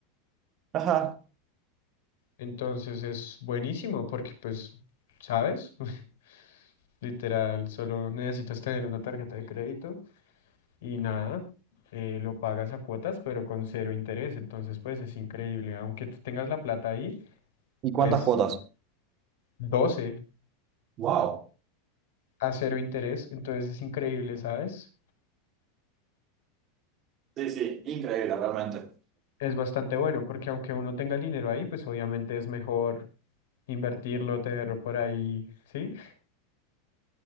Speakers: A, on the right; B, on the left.
A: Ajá,
B: Entonces es buenísimo porque pues, ¿sabes? <laughs> Literal, solo necesitas tener una tarjeta de crédito y nada, eh, lo pagas a cuotas pero con cero interés. Entonces pues es increíble. Aunque tú tengas la plata ahí,
A: ¿y cuántas
B: pues
A: cuotas?
B: 12
A: Wow.
B: a cero interés. Entonces es increíble, ¿sabes?
A: Sí, sí, increíble realmente.
B: es bastante bueno, porque aunque uno tenga el dinero ahí, pues obviamente es mejor invertirlo, tenerlo por ahí, ¿sí?